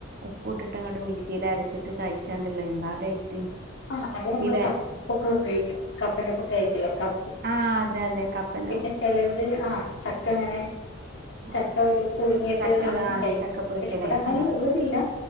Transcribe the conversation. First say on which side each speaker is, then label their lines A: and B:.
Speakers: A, on the right (about 50°); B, on the left (about 60°).
A: ഉപ്പ് ഇട്ടിട്ട് ഇങ്ങോട്ട് മിക്സിൽ അരച്ചിട്ട് കഴിച്ചാണ്ടല്ലൊ എന്താ ടേസ്റ്റ്
B: ആഹ് അത് നമ്മള്
A: ഇതെ
B: കപ്പക്കൊക്കെ ഉപയോഗിക്കും കപ്പേന്റെ ഒപ്പം കഴി ക്കോലോ
A: ആഹ് അതെ അതെ കപ്പന്റെ
B: പിന്നെ
A: കൂടെ
B: ചെലര് ആഹ് ചക്ക ഇ ങ്ങനെ
A: ഉം
B: ചക്ക പുഴുങ്ങിയിട്ട്
A: ചക്ക
B: അങ്ങനെ
A: ആ
B: കഴിക്കും
A: ചക്കപ്പുഴുക്കിനെ
B: പക്ഷെ ഇവിടെ അങ്ങനെ
A: ആ
B: ഇവിടില്ല